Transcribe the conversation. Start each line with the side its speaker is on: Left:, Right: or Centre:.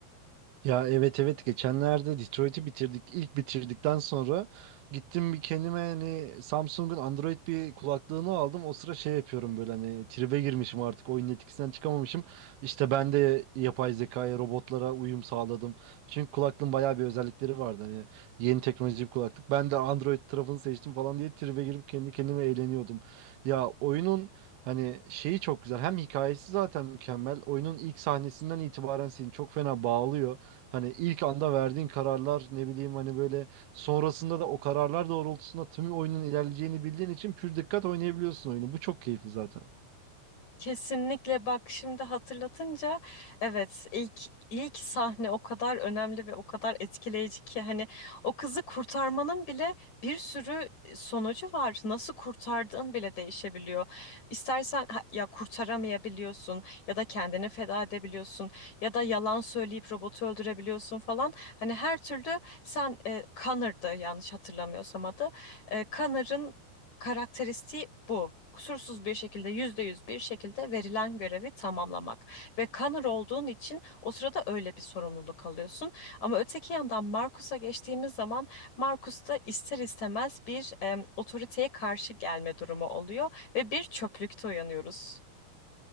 Right: Ya evet evet geçenlerde Detroit'i bitirdik. İlk bitirdikten sonra gittim bir kendime hani Samsung'un Android bir kulaklığını aldım. O sıra şey yapıyorum böyle hani tribe girmişim artık oyunun etkisinden çıkamamışım. İşte ben de yapay zekaya, robotlara uyum sağladım. Çünkü kulaklığın bayağı bir özellikleri vardı hani yeni teknoloji bir kulaklık. Ben de Android tarafını seçtim falan diye tribe girip kendi kendime eğleniyordum. Ya oyunun Hani şeyi çok güzel. Hem hikayesi zaten mükemmel. Oyunun ilk sahnesinden itibaren seni çok fena bağlıyor. Hani ilk anda verdiğin kararlar ne bileyim hani böyle sonrasında da o kararlar doğrultusunda tüm oyunun ilerleyeceğini bildiğin için pür dikkat oynayabiliyorsun oyunu. Bu çok keyifli zaten.
Left: Kesinlikle bak şimdi hatırlatınca evet ilk ilk sahne o kadar önemli ve o kadar etkileyici ki hani o kızı kurtarmanın bile bir sürü e, sonucu var. Nasıl kurtardığın bile değişebiliyor. İstersen ha- ya kurtaramayabiliyorsun ya da kendini feda edebiliyorsun ya da yalan söyleyip robotu öldürebiliyorsun falan. Hani her türlü sen e, Connor'dı yanlış hatırlamıyorsam adı. E, Connor'ın Karakteristiği bu. Kusursuz bir şekilde, yüzde yüz bir şekilde verilen görevi tamamlamak. Ve Connor olduğun için o sırada öyle bir sorumluluk alıyorsun. Ama öteki yandan Marcus'a geçtiğimiz zaman Marcus da ister istemez bir em, otoriteye karşı gelme durumu oluyor ve bir çöplükte uyanıyoruz.